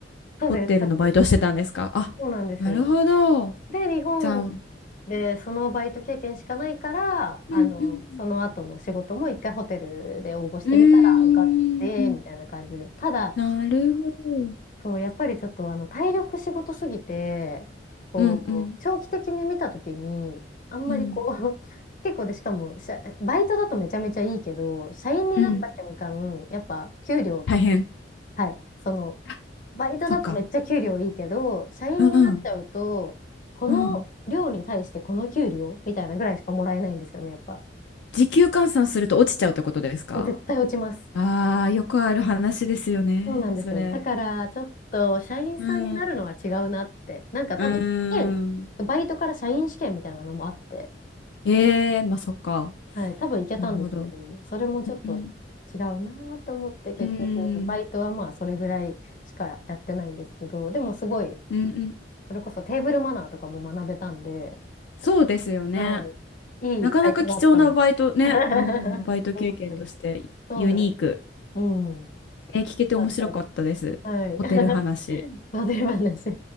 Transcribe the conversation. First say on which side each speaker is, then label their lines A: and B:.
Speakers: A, on the left (about 50°); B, on the left (about 75°).
A: そうです、
B: ホテルのバイトしてたんですかあ、
A: そうです。そうなんですよ。
B: なるほど。
A: で、日本
B: じゃあ、うん、
A: でそのバイト経験しかないから、
B: うんうん
A: あの、その後の仕事も一回ホテルで応募してみたら受かって、
B: うん。うーん、
A: みたいな感じで。ただ、
B: なるほど。
A: そう、やっぱりちょっとあの体力仕事すぎて、こう、
B: うんうん
A: 長期的に見たときに、あんまりこう、
B: うん
A: <laughs> 結構で、しかも、社バイトだとめちゃめちゃいいけど、社員になった瞬間、
B: うん。
A: やっぱ給料、
B: 大変。
A: はい、その、
B: あ
A: バイトだとめっちゃ給料いいけど、
B: そっか。
A: 社員になっちゃうと、
B: うんうん
A: この量に対してこの給料みたいなぐらいしかもらえないんですよね、
B: うん。
A: やっぱ。
B: 時給換算すると落ちちゃうってことですか
A: お絶対落ちます。
B: ああー、よくある話ですよね、
A: そうなんですよ。
B: それ。
A: だね。から、ちょっと、社員さんになるのは違うなって。
B: うん。う
A: なんか多分、
B: ーん。
A: 試験、バイトから社員試験みたいなのもあって、
B: ええまあそっか。
A: はい、多分行けたんですけど、
B: なるほど。
A: それもちょっと
B: うん
A: 違うなと思って、結局、
B: うん、う
A: バイトはまあ、
B: ん、
A: それぐらいしかやってないんですけど、でもすごい、
B: うんうん
A: それこそテーブルマナーとかも学べたんで、
B: そうですよね。
A: はい、
B: なかなか貴重なバイトね、
A: いいバイトだったなって <laughs>
B: うん、バイト経験としてユニーク。
A: 思ってます。そうなんです。うん。
B: えー聞けて面白かったです。
A: だったりはい。
B: ホテル話。
A: <laughs> 忘れ話。